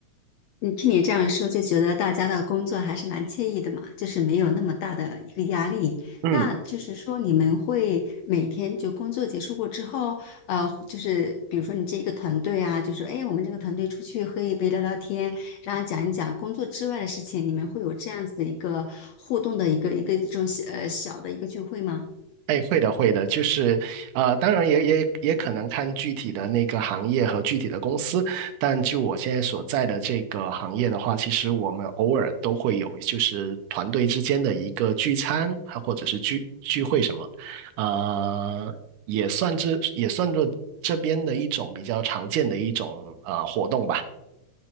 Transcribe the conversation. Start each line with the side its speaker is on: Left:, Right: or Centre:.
Left: 你听你这样说，就觉得大家的工作还是蛮惬意的嘛，就是没有那么大的一个压力。
Right: 嗯。
Left: 那就是说，你们会每天就工作结束过之后，呃，就是比如说你这一个团队啊，就是哎，我们这个团队出去喝一杯聊聊天，然后讲一讲工作之外的事情，你们会有这样子的一个互动的一个一个这种小呃小的一个聚会吗？
Right: 哎，会的，会的，就是，呃，当然也也也可能看具体的那个行业和具体的公司，但就我现在所在的这个行业的话，其实我们偶尔都会有，就是团队之间的一个聚餐，还或者是聚聚会什么，呃，也算是也算作这边的一种比较常见的一种呃活动吧。